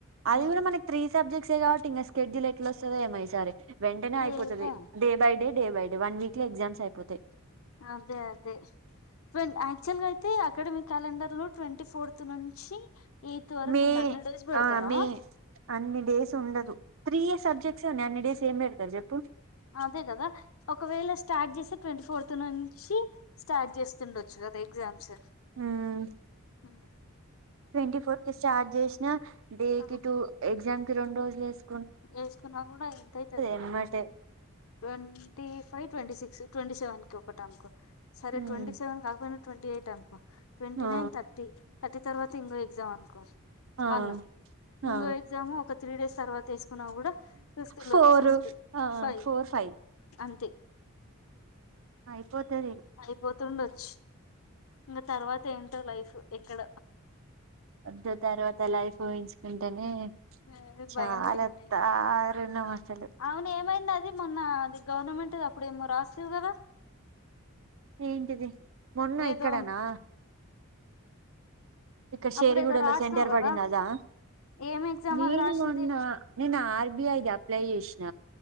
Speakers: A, on the right; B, on the left.
A: అది
B: ఉమ్
A: కూడా మనకి త్రీ సబ్జెక్ట్స్ కాబట్టి ఇంకా స్కెడ్యూల్ ఎట్లా వస్తుందో ఏమై సరే వెంటనే అయిపోతుది
B: ఏమో
A: day by day day by day one week లో ఎగ్జామ్స్అయిపోతాయి
B: అదే అదే ఆ యాక్చువల్ గా అయితే అకాడమిక్ క్యాలెండర్ లో ట్వంటీ ఫోర్త్ నుంచి ఎయిత్ వరకు
A: మే
B: ఉంది హండ్రెడ్ డేస్ పెడతారా
A: ఆ మే అన్ని డేస్ ఉండదు త్రీయ సబ్జెక్ట్స్ ఏడి అన్ని డేస్ ఏం పెడతారు చెప్పుడు
B: అదే కదా ఒకవేళ స్టార్ట్ చేసే ట్వంటీ ఫోర్త్ నుంచి స్టార్ట్ చేస్తుండొచ్చు కదా ఎగ్జామ్స్
A: హ్మ్
B: ఉ
A: ట్వంటీ ఫోర్ కి స్టార్ట్ చేసినా డే
B: ఆ
A: కి టూ ఎగ్జామ్ కి రెండు రోజులు వేసు
B: వేసుకున్నా కూడా ఎంతవుతుంది
A: ఎమ్మటే
B: twenty five twenty six twenty seventh ఒకటి అనుకో సరే
A: ఉమ్,
B: ట్వంటీ సెవెన్ కాకపోయినా ట్వంటీ ఎయిట్ అనుకో ట్వంటీ
A: ఆ
B: నైన్ థర్టీ థర్టీ తర్వాత ఇంకో ఎగ్జామ్ అనుకో
A: ఆ
B: వన్
A: ఆ
B: ఇంకో ఎగ్జామ్ ఒక త్రీ డేస్ తర్వాత వేసు న్నా కూడా ఫిఫ్త్ లో
A: ఫోరు
B: ఫిఫ్త్
A: ఆ
B: ఫైవ్
A: ఫోర్ ఫైవ్
B: అంతే
A: ఆ ఇపోతే
B: అయిపోతుండొచ్చు ఇంకా తర్వాత ఏంటో లైఫ్ ఎక్కడ
A: అ తర్వాత లైఫ్ ఊహించుకుంటేనే
B: అది
A: చాలా
B: భయం భయం అవుతుంది
A: దారుణం అసలు
B: అవును ఏమైంది అది మొన్న అది గవర్నమెంట్ అప్పుడుమో రాస్తివి కదా
A: ఏంటిది మొన్న
B: ఏదో
A: ఇక్కడనా ఇక్క షేరిగూడెలో
B: అప్పుడు ఏదో రాసినావు
A: సెంంటర్బడింద
B: కదా
A: అదా
B: ఏం ఎగ్జామ్
A: నన్
B: అది రాసింది
A: మొన్న నేను ఆర్బిఐది అప్లై చేసిన